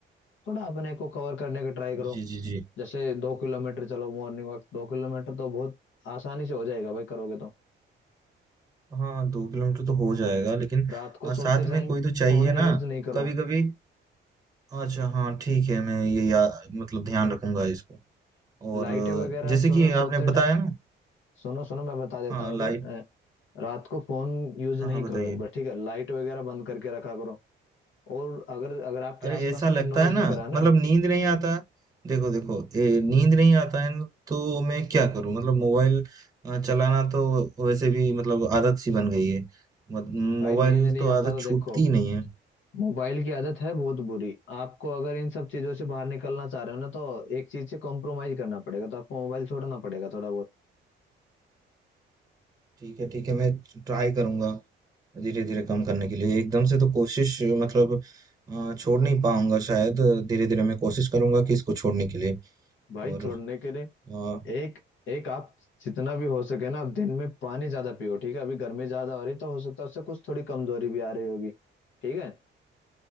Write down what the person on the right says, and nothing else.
जी जी जी
हाँ दो किलोमीटर तो हो जाएगा लेकिन
अ,
साथ
में कोई तो चाहिए
ना
कभी कभी अच्छा हाँ ठीक है मैं ये या मतलब ध्यान रखूंगा इसको
और अ,
जैसे
कि
आपने बताया
ना
हाँ
लाइट
हाँ हाँ
बताइए
अरे
ऐसा लगता
है ना
मतलब
नींद नहीं आता देखो देखो ए, नींद
नहीं आता है ना तो मैं क्या करूं मतलब मोबाइल अ, चलाना तो वैसे भी मतलब आदत सी बन गई है मत-
मोबाइल
तो
आदत
छूटती
ही नहीं है
ठीक है ठीक है मैं ट्राई करूंगा धीरे धीरे कम करने के लिए एकदम से तो कोशिश मतलब अ, छोड़ नहीं पाऊंगा शायद धीरे धीरे मैं कोशिश करूंगा कि इसको छोड़ने के लिए
और
अ,